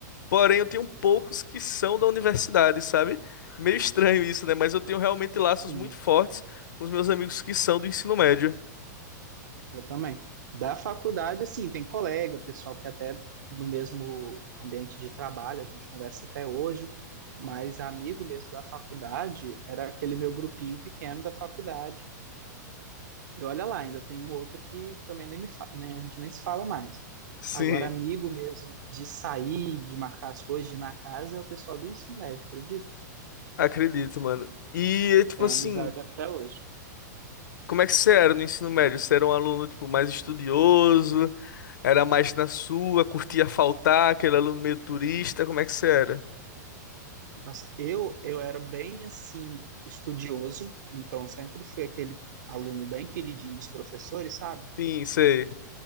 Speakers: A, on the left (about 80°); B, on the right (about 70°).
A: porém eu tenho poucos que são da universidade, sabe? Meio estranho isso, né? Mas eu tenho realmente laços
B: Sim,
A: muito fortes com os meus amigos que são do ensino médio.
B: eu também. Da faculdade, assim, tem colega, pessoal que até no mesmo ambiente de trabalho a gente conversa até hoje, mas amigo mesmo da faculdade era aquele meu grupinho pequeno da faculdade E olha lá, ainda tem um outro que também nem me fa... né, a gente nem se fala mais.
A: Sim,
B: Agora, amigo mesmo, de sair, de marcar as coisas, de ir na casa, é o pessoal do ensino médio, acredita?
A: acredito, mano. E,
B: Tem,
A: é tipo
B: tem
A: assim.
B: amizade até hoje.
A: Como é que você era no ensino médio? Você era um aluno, tipo, mais estudioso? Era mais na sua, curtia faltar, aquele aluno meio turista? Como é que você era?
B: Nossa, eu, eu era bem, assim, estudioso, então sempre fui aquele aluno bem queridinho dos professores, sabe?
A: Sim, sei.